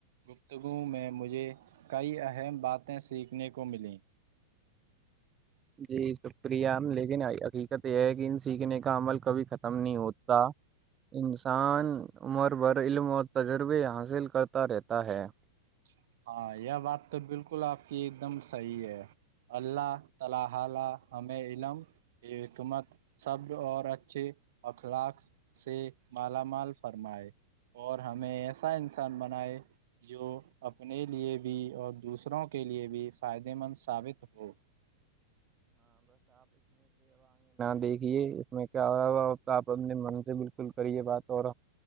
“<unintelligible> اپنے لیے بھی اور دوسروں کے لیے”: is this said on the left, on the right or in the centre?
Right